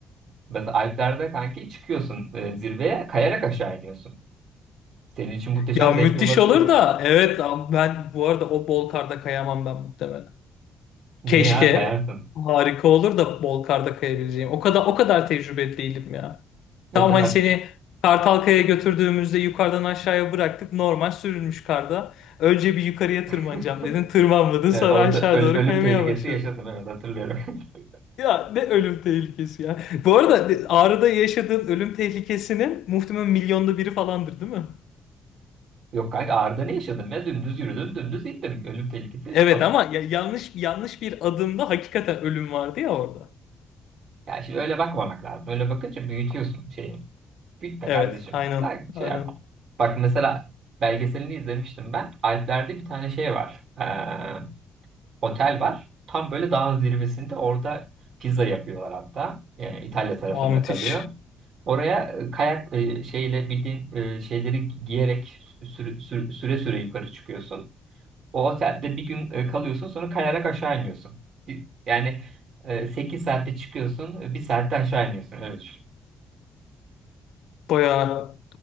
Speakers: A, on the right (about 60°); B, on the left (about 80°).
A: mesela Alpler'de kanki çıkıyorsun e, zirveye kayarak aşağı iniyorsun. Senin için muhteşem
B: Ya
A: zevkli
B: müthiş
A: olabilir
B: olur
A: ya.
B: da evet ama ben bu arada o bol karda kayamam ben muhtemelen.
A: Niye
B: Keşke
A: ya kayarsın?
B: harika olur da bol karda kayabileceğim. O kadar o kadar tecrübeli değilim ya.
A: Mesela
B: Tam hani seni Kartalkaya götürdüğümüzde yukarıdan aşağıya bıraktık. Normal sürülmüş karda. Önce bir yukarıya tırmanacağım
A: <laughs>
B: dedin. Tırmanmadın
A: e,
B: sonra
A: orada
B: aşağı
A: öl-
B: doğru
A: ölüm
B: kaymaya
A: tehlikesi
B: başladın.
A: yaşadım evet hatırlıyorum. <laughs>
B: Ya ne ölüm tehlikesi ya. Bu arada Ağrı'da yaşadığın ölüm tehlikesinin muhtemelen milyonda biri falandır değil mi?
A: Yok kanka Ağrı'da ne yaşadım ya? Dümdüz yürüdüm, dümdüz gittim. Ölüm tehlikesi yaşamadım.
B: Evet ama ya- yanlış yanlış bir adımda hakikaten ölüm vardı ya orada.
A: Ya şimdi öyle bakmamak lazım. Öyle bakınca büyütüyorsun şeyi. Büyütme
B: Evet
A: kardeşim.
B: aynen
A: Ben şey
B: aynen.
A: yapmam. Bak mesela belgeselini izlemiştim ben. Alplerde bir tane şey var. Ee, otel var. Tam böyle dağın zirvesinde orada pizza yapıyorlar hatta. Ee, İtalya tarafında
B: Aa müthiş.
A: kalıyor. Oraya e, kayak e, şeyle bildiğin e, şeyleri giyerek sürü- sürü- süre süre yukarı çıkıyorsun. O otelde bir gün e, kalıyorsun sonra kayarak aşağı iniyorsun. Bir- Yani e, sekiz 8 saatte çıkıyorsun e, bir saatte aşağı iniyorsun. Evet.
B: Bayağı